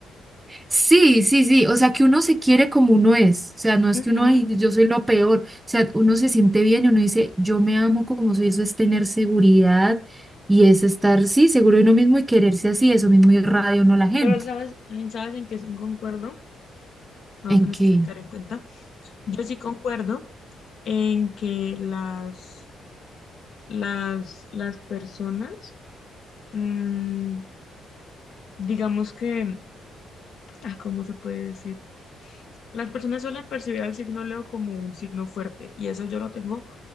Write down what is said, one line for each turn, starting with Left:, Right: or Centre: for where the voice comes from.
Right: Sí, sí, sí, o sea que uno se quiere como uno es, o sea, no es
Left: Ujú.
Right: que uno, ay, yo soy lo peor, o sea, uno se siente bien y uno dice, yo me amo como soy, eso es tener seguridad y es estar, sí, seguro de uno mismo y quererse así, eso mismo irradia uno a la gente.
Left: Pero ¿sabes, sabes en qué sí concuerdo? Algo
Right: ¿En
Left: que me
Right: qué?
Left: hiciste caer en cuenta. Yo sí concuerdo en que las las, las personas, mm, digamos que, ah, ¿cómo se puede decir? Las personas suelen percibir al signo Leo como un signo fuerte y eso yo lo tengo,